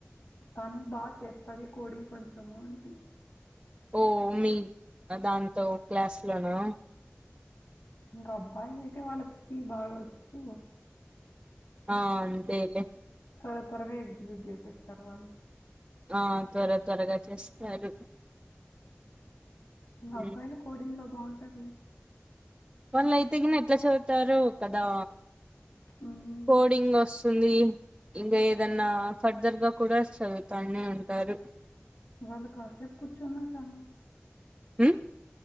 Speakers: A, on the left; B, on the right.
A: తను బాగా చేస్తది కోడింగ్ కొంచెము అంటే
B: ఓ మీ దాంట్లో క్లాస్ లోనా
A: ఇంకా అబ్బాయిలు అయితే వాళ్ళకి హిందీ బాగవచ్చు
B: ఆ అంతే లే
A: అ త్వర త్వరగా ఎగ్జిక్యూట్ చేసేస్తారు తర్వాత
B: ఆ సరే సరే త్వరగా చేస్తారు
A: మా అబ్బాయిలు
B: ఉమ్
A: కోడింగ్ లో బాగుంటాది
B: వాళ్ళు అయితే కాని ఎట్లా చదువుతారు కదా
A: హ్మ్.
B: కోడింగ్ వస్తుంది ఇంకా ఏదన్నా ఫర్దర్ గా కూడా చదువుతానే ఉంటారు
A: వాళ్ళ కాఫ అబ్ కుచ్చ చున్నా మంట
B: ఉం